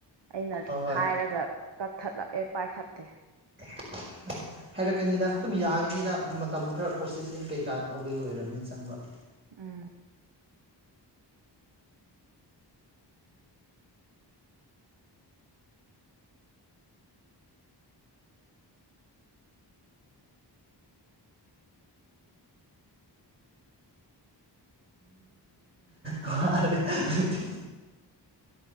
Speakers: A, on the right; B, on the right.
A: ꯑꯩꯅ
B: ꯍꯣꯏ ꯍꯣꯏ
A: ꯍꯥꯏꯔꯒ ꯀꯛꯊꯠꯂꯛꯑꯦ ꯄꯥꯏꯈꯠꯇꯦ
B: <unintelligible> ꯍꯥꯏꯔꯛꯀꯅꯤꯗ ꯑꯗꯨꯝ ꯌꯥꯒꯅꯤꯗ ꯃꯇꯝ ꯈꯔ ꯄ꯭ꯔꯣꯁꯦꯁꯤꯡ ꯀꯩꯀꯥ ꯇꯧꯕꯒꯤ ꯑꯣꯏꯔꯕꯅꯤ ꯆꯪꯕ
A: ꯎꯝ
B: ꯋꯔꯦ ꯑꯩꯗꯤ